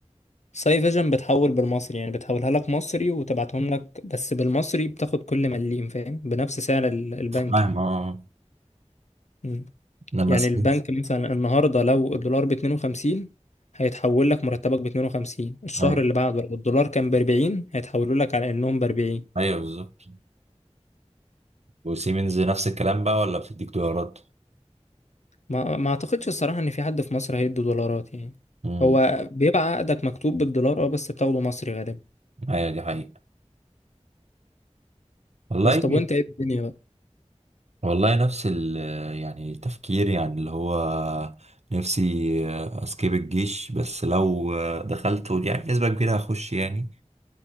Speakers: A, on the left (about 75°); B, on the right (about 65°).
A: ساي فيجن بتحول بالمصري يعني بتحولها لك مصري وتبعتهم لك بس بالمصري بتاخد كل مليم فاهم بنفس سعر ال- البنك
B: فاهم
A: يعني
B: اه آه.
A: مم.
B: لما
A: يعني
B: سيمنز
A: البنك مثلا النهارده لو الدولار ب 52 هيتحول لك مرتبك ب 52 الشهر
B: ايوه
A: اللي بعده لو الدولار كان ب 40 هيتحولوا لك على انهم ب 40
B: ايوه بالظبط وسيمنز نفس الكلام بقى ولا بتديك دولارات؟
A: ما ما اعتقدش الصراحه ان في حد في مصر هيدي دولارات يعني
B: امم
A: هو بيبقى عقدك مكتوب بالدولار اه بس بتاخده مصري غالبا
B: ايوه دي حقيقة والله
A: بس طب وانت ايه الدنيا بقى
B: والله نفس ال يعني التفكير يعني اللي هو نفسي اسكيب الجيش بس لو دخلته يعني بنسبة كبيرة هخش يعني